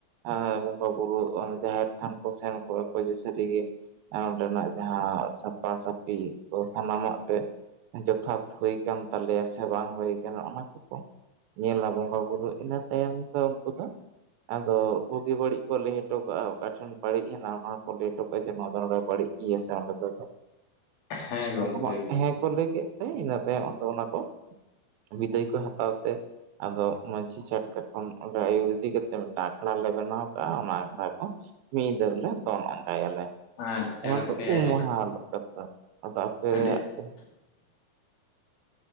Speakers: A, on the right; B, on the left.
A: ᱟᱸ ᱵᱚᱸᱜᱟᱼᱵᱩᱨᱩ ᱚᱱᱮ ᱡᱟᱦᱮᱸᱨ ᱛᱷᱟᱱ ᱠᱚ ᱥᱮᱱ ᱠᱚᱜᱼᱟ ᱠᱚ ᱯᱟᱪᱮ ᱥᱟᱹᱨᱤ ᱜᱮ ᱚᱸᱰᱮᱱᱟᱜ ᱡᱟᱦᱟᱸ ᱥᱟᱯᱟ ᱥᱟᱯᱤ ᱠᱚ ᱥᱟᱱᱟᱢ ᱟᱛᱮ ᱡᱚᱛᱷᱟᱛ ᱦᱩᱭ ᱠᱟᱱ ᱛᱟᱞᱮᱭᱟ ᱥᱮ ᱵᱟᱝ ᱦᱩᱭ ᱠᱟᱱᱟ ᱚᱱᱟ ᱧᱮᱞᱟ ᱵᱚᱸᱜᱟᱼᱵᱩᱨᱩ ᱤᱱᱟᱹ ᱛᱟᱭᱚᱢ ᱫᱚ ᱩᱱᱠᱩ ᱫᱚ ᱟᱫᱚ ᱵᱩᱜᱤ ᱵᱟᱹᱲᱤᱡ ᱠᱚ ᱞᱟᱹᱭ ᱦᱚᱴᱚ ᱠᱟᱜᱼᱟ ᱚᱠᱟ ᱴᱷᱮᱱ ᱵᱟᱹᱲᱤᱡ ᱦᱮᱱᱟᱜᱼᱟ ᱚᱱᱟ ᱠᱚ ᱞᱟᱹᱭ ᱦᱚᱴᱚ ᱠᱟᱜᱼᱟ ᱡᱮ ᱱᱚᱣᱟ ᱫᱚ ᱱᱚᱰᱮ ᱵᱟᱹᱲᱤᱡ ᱤᱭᱟᱹ ᱥᱟᱣ ᱛᱮᱠᱚ
B: ᱦᱮᱸ ᱜᱚᱝᱠᱮ
A: <inaudible>
B: ᱮᱠᱫᱚᱢ
A: ᱦᱮᱸ
B: ᱮᱠᱫᱚᱢ
A: ᱠᱚ ᱞᱟᱹᱭ ᱠᱮᱜ ᱦᱮ ᱤᱱᱟᱹ ᱛᱟᱭᱚᱢ ᱟᱫᱚ ᱚᱱᱟ ᱠᱚ ᱵᱤᱫᱟᱹᱭ ᱠᱚ ᱦᱟᱛᱟᱣ ᱛᱮ ᱟᱫᱚ ᱢᱟᱹᱡᱷᱤ ᱪᱷᱟᱴᱠᱟ ᱠᱷᱚᱱ ᱚᱸᱰᱮ ᱟᱹᱭᱩᱨ ᱤᱫᱤ ᱠᱟᱛᱮᱜ ᱢᱤᱫ ᱴᱟᱝ ᱟᱠᱷᱲᱟ ᱞᱮ ᱵᱮᱱᱟᱣ ᱠᱟᱜᱼᱟ ᱚᱱᱟ ᱟᱠᱷᱲᱟ ᱠᱚ ᱢᱤᱫ ᱧᱤᱫᱟᱹ ᱜᱮᱞᱮ ᱫᱚᱱ ᱟᱸᱜᱟᱭᱟᱞᱮ
B: ᱟᱪᱪᱷᱟ
A: ᱚᱱᱟ
B: ᱜᱚᱝᱠᱮ
A: ᱫᱚ ᱩᱢ
B: ᱟᱹᱰᱤ
A: ᱢᱟᱦᱟ
B: ᱱᱟ
A: ᱦᱤᱞᱚᱜ ᱠᱟᱛᱷᱟ ᱟᱫᱚ ᱟᱯᱮᱭᱟᱜ
B: ᱟᱹᱰᱤ
A: ᱫᱚ